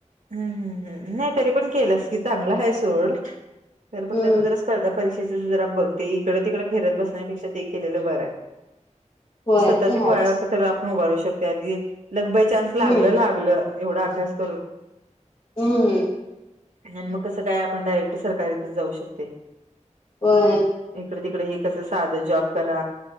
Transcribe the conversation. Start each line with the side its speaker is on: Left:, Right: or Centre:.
Right: हम् हम्म हम् नाही तरी पण केलंस कि चांगलं हाय सोड. तर बघत
Left: हम्म
Right: आता जरा स्पर्धा परीक्षेच जरा बघते इकडे तिकडे फेरत बसण्यापेक्षा ते केलेलं बरं आहे.
Left: होय
Right: स्वतःच्या
Left: ते हायच
Right: पाया वरती त्याला आपण उभारू शकते आणि लग बाय चान्स लागलं
Left: हम्म
Right: लागलं. एवढा अभ्यास करून.
Left: हम्म.
Right: आणि मग कसं काय आपण डायरेक्ट सरकारीतच जाऊ शकतोय.
Left: होय.
Right: इकडे तिकडे हे कस साध जॉब करा